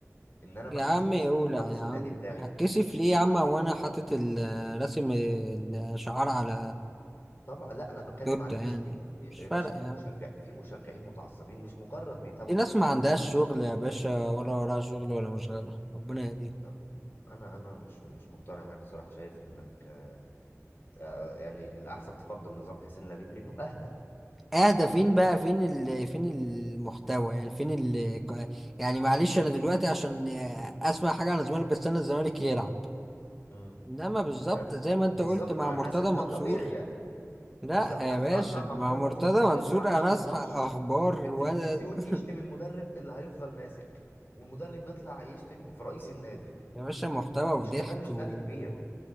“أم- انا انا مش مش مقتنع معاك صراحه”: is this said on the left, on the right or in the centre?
Left